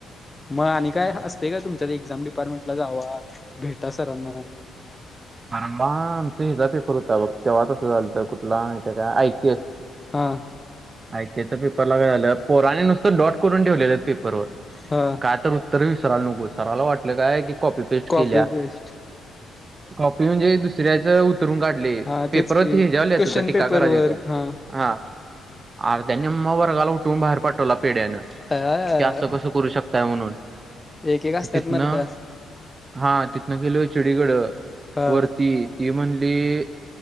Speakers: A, on the left (about 15°); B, on the right (about 35°).
A: म आणि काय असते काय तुमच्यात, एक्झाम डिपार्टमेंटला जावा, भेटा सरांना
B: म आमचा हिचा पेपर होता बघ, तेव्हा तसं झालत, कुठला माहितय काय, ऐकयूएस
A: हा
B: एकयूएस च्या पेपरला काय झालं पोराने नुसतं डॉट करून ठेवलेलं पेपरवर
A: हा
B: काय तर उत्तर विसरायला नको सर्वांना वाटलं काय की कॉपी पेस्ट
A: कॉपी
B: केल्या
A: पेस्ट.
B: कॉपी म्हणजे दुसऱ्याचं उतरून काढलंय.
A: हा
B: पेपर
A: तेच की
B: वरती ह्याच्यावर लिहायचं
A: क्वेश्चन
B: होतं टीका
A: पेपर
B: करायच्या
A: वर
B: होत्या.
A: हा
B: हां आर त्या निम्मा वर्गाला उठ वून बाहेर पाठवला पेड्यानं,
A: अ
B: की असं कसं करू शकताय म्हणून.
A: एक एक असतात
B: तिथनं
A: मर्दा
B: हा तिथनं गेलो एचओडीकडं
A: हा
B: वरती. ती म्हणली,